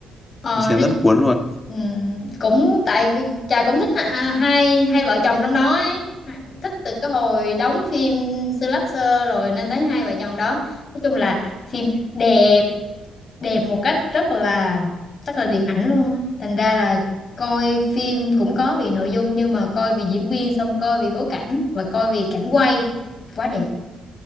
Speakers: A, on the left; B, on the left.
A: ờ,
B: mới xem
A: nó
B: rất cuốn luôn
A: ừm, cũng tại chà cũng thích à, hai hai vợ chồng trong đó ấy thích từ cái hồi đóng phim Slasher rồi nên thấy hai vợ chồng đó nói chung là phim đẹp đẹp một cách rất là rất là điện ảnh luôn á thành ra là coi phim cũng có vì nội dung nhưng mà coi vì diễn viên xong coi vì bối cảnh và coi vì cảnh quay quá đẹp